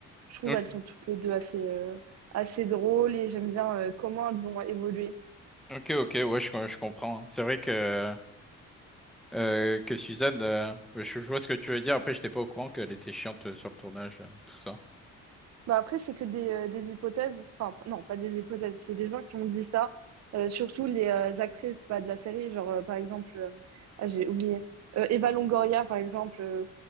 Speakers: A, on the right; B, in the centre.
A: Je trouve
B: Ok,
A: elles sont toutes les deux assez, euh, assez drôles et j'aime bien euh, comment elles ont évolué.
B: ok, ok, ouais, je, je comprends. hein. C'est vrai que euh, que Suzanne, euh, ouais, je, je vois ce que tu veux dire. Après, j'étais pas au courant qu'elle était chiante euh, sur le tournage, euh, tout ça.
A: Bah après, c'est que des, euh, des hypothèses. Enfin, p- non, pas des hypothèses. C'est des gens qui ont dit ça. Euh, surtout les euh, actrices pas de la série. Genre, euh, par exemple, euh, ah, j'ai oublié. Euh, Eva Longoria, par exemple. euh,